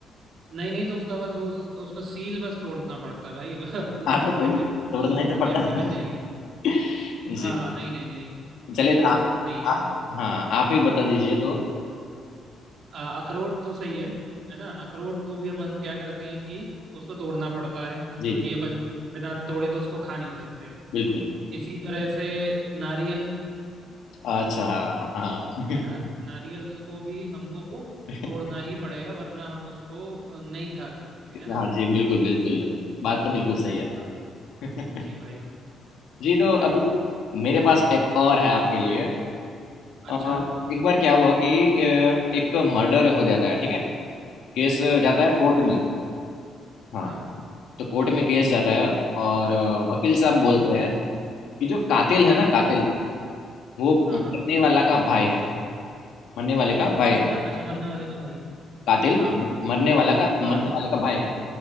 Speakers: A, on the right; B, on the left.
A: नहीं नहीं तो उसका बस वो उसका सील बस तोड़ना पड़ता है भाई <laughs> पूरा
B: हाँ तो
A: तोड़
B: तोड़
A: देंगे
B: तोड़ना
A: तो वो
B: ही तो
A: तो
B: पड़ता
A: गैस निकल जाएगी
B: है <laughs> जी
A: हाँ नहीं नहीं नहीं
B: चलिए
A: ये
B: तो
A: तो
B: आ-
A: नहीं है
B: आ- हाँ आप ही बता दीजिए तो
A: आ, अखरोट तो सही है है ना अखरोट को भी अपन क्या करते हैं कि उसको तोड़ना पड़ता है
B: जी
A: क्योंकि अपन बिना तोड़े तो उसको खा नहीं सकते
B: बिल्कुल
A: इसी तरह से नारियल
B: अच्छा हाँ हाँ <laughs>
A: है ना नारियल को भी हमको
B: कि-
A: तोड़ना ही पड़ेगा वरना हम उसको नहीं खा सकते है ना
B: हाँ जी बिल्कुल बिल्कुल बात तो बिल्कुल सही
A: ऐसा
B: है <laughs>
A: जी भाई
B: जी तो
A: <clears throat>
B: अभी मेरे पास एक और है आपके लिए अ,
A: अच्छा
B: एक बार क्या हुआ कि अ, एक मर्डर हो जाता है ठीक है केस जाता
A: ठीक
B: है
A: है
B: कोर्ट
A: मर्डर
B: में हाँ
A: हाँ
B: तो कोर्ट में केस जाता है और अ, वकील साहब
A: ओके
B: बोलते हैं कि जो कातिल है ना
A: हम्म
B: कातिल वो
A: हाँ
B: मरने
A: हाँ
B: वाला का भाई है मरने वाले का भाई
A: किसका
B: है
A: अच्छा मरने वाले का भाई है
B: कातिल
A: हाँ
B: मरने वाला का मरने
A: हाँ
B: वाले का भाई है